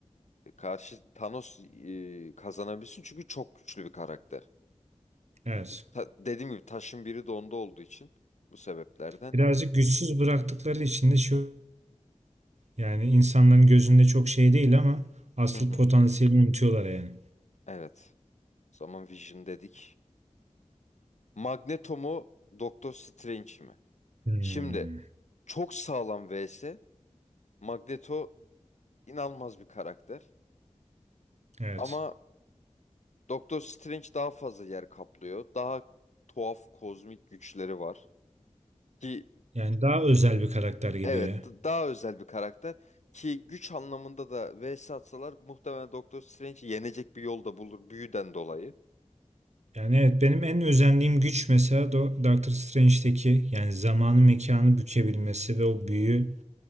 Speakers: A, on the left (about 70°); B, on the right (about 65°).
A: karşı Thanos e, kazanabilsin. Çünkü çok güçlü bir karakter.
B: Evet.
A: Ta- dediğim gibi taşın biri de onda olduğu için bu sebeplerden.
B: Birazcık güçsüz bıraktıkları için de şu yani insanların gözünde çok şey değil ama asıl
A: Hı hı.
B: potansiyelini unutuyorlar yani.
A: Evet. O zaman Vision dedik. Magneto mu Doktor Strange mi?
B: Hmm,
A: Şimdi çok sağlam vs. Magneto inanılmaz bir karakter.
B: evet.
A: Ama Doktor Strange daha fazla yer kaplıyor. Daha tuhaf kozmik güçleri var. Ki
B: Yani daha özel bir karakter gibi
A: evet
B: ya.
A: d- daha özel bir karakter. Ki güç anlamında da vs atsalar muhtemelen Doktor Strange yenecek bir yol da bulur büyüden dolayı.
B: Yani evet benim en özendiğim güç mesela Do- Doctor Strange'deki yani zamanı mekanı bükebilmesi ve o büyü